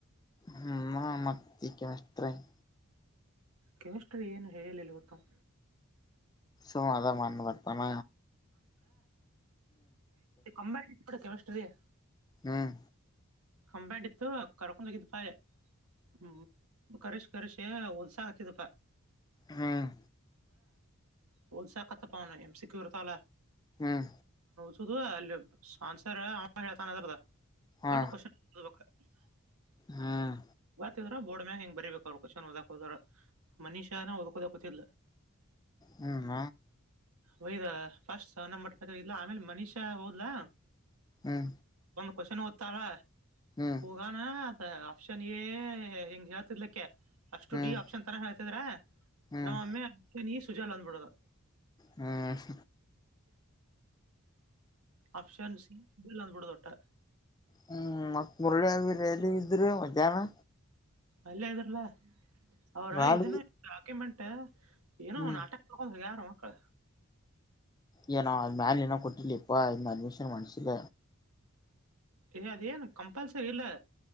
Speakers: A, on the left; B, on the right.
A: ಹ್ಮ ಮತ <inaudible>
B: ಕೆಮಿಸ್ಟ್ರಿ ಏನು ಹೇಳಲಿಲ್ಲ ಇತ್ತ ಅವ
A: ಸೊ ಅದ ಮಂದು ಬತಾನ
B: ಕಂಬೈನ್ಡ್ ಕೆಮಿಸ್ಟ್ರಿ
A: ಹ್ಮ್
B: ಕಂಬ್ಯಾಂಡ್ ಇತ್ತು. ಕರ್ಕೊಂಡ ಹೋಗಿದ್ದ್ ಪಾ ಅಲೈ ಹ್ಮ್ ಕರಿಷೆ ಒದ್ಸ ಹಚ್ಚಿದಪ್ಪಾ.
A: ಹ್ಮ್
B: ಹೊಲ್ಸಾ ಕತ್ತ ಪಾನ ಎಮ್ಸಿ ಕ್ಯೂ ಇರವತಾಲ
A: ಹ್ಮ್
B: ಒದ್ಸಸುದು ಅಲ್ಲಿ ಆನ್ಸರ್ ಹೇಳತನ
A: ಹಾ
B: ಬಟ್ ಕೊಷನ <unintelligible>
A: ಹ್ಮ್
B: <inaudible> ಬೋಡ್ ಮಾಗ ಹೆಂಗ ಬರಿಬೇಕ ಅವ್ರರು ಕೊಷನ್ ಓದಾಕ ಹೋದ್ರ ಮನಿಷಾ ನ ಓದ್ಕೋದಕೊತ್ತಿಲ್ಲ.
A: ಹ್ಮ
B: ಒಯದ ಫಸ್ಟ್ ಸಹಾನ ಮಟ್ಟಪತಿ ಇಲ್ಲ ಆಮೇಲೆ ಮನಿಷಾ ಹೋದಲಾ
A: ಹ್ಮ್
B: ಕೊಷನ ಒದನ್ದತ ಅಲ್ಲ
A: ಹ್ಮ್
B: ಹೊಗಾನ ಕೊಶನಿಗೆ ಎಂಗ ಯಾತಲ್ಲಕ್ಕ. ಅಷ್ಟು
A: ಹ್ಮ್
B: ಡಿ ಆಪ್ಷನ್ ತರ ಹೇಳ್ತಿದ್ರೆ
A: ಹ್ಮ್
B: ನಮ್ಮಮ್ಮೆ ನೀ ಸುಜಾಲ್ ಬಂದ್ಬಿಡೋದು
A: ಹ್ಮ್
B: ಆಪ್ಷನ್ ಸಿ ಸುಜಲ್ ಅಂದಬಿಡೊದ
A: ಹ್ಮ್ ಮತ್ ಮುರುಳಿ ಎಲ್ಲಿ ಇದ್ರೆ ಮಧ್ಯಾನ
B: ಅಲ್ಲೇ ಇದ್ರಲಾ, ಅವ್ರ
A: ಬಾಳ
B: ಇದನ್ನ ಡಾಕ್ಯುಮೆಂಟ್ ಏನೋ
A: ಹ್ಮ್
B: ನಾಟಕ ಮಾಡಿಕೊಂಡಿತು ಹೊಗ್ಯಾರ ಮಕ್ಕಳ.
A: ಏ ನಾ ಮಲೆ ಏನ ಕೊಟ್ಟಿಲ್ಲ ಇಪ್ಪ ಅಡ್ಮಿಷನ್ ಮಾಡ್ಸಿಲ್ಲ
B: ಏ ಅದ ಏನ್ ಕಂಪಲ್ಸರಿ ಇಲ್ಲ.